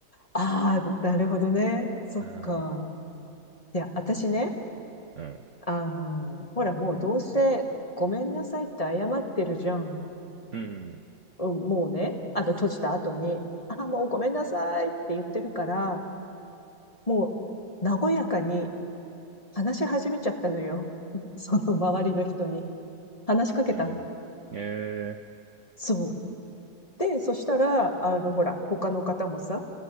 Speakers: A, on the left; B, on the right.
A: あ、ああ、なるほどね。そっか。
B: うん。
A: いや、私ね、
B: うん。
A: あの、ほらもうどうせごめんなさいって謝ってるじゃん。
B: うん。
A: うん、もうね、あの、閉じた後に、あ、もうごめんなさいって言ってるから、もう、和やかに話し始めちゃったのよ。<laughs> その周りの人に。話しかけたの。
B: うん。えー、
A: そう。で、そしたら、あの、ほら、他の方もさ、